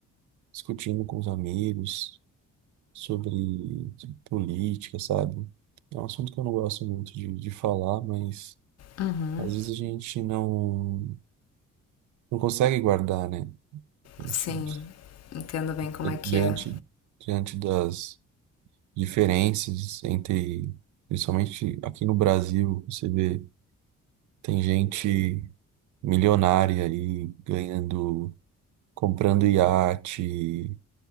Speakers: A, on the right; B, on the left.
A: discutindo com os amigos sobre política, sabe? É um assunto que eu não gosto muito de, de falar, mas
B: Uhum,
A: às vezes a gente não, não consegue guardar, né? A gente,
B: sim, entendo bem como
A: é
B: é que
A: diante,
B: é.
A: diante das diferenças entre, principalmente aqui no Brasil, você vê, tem gente milionária aí ganhando. comprando iate,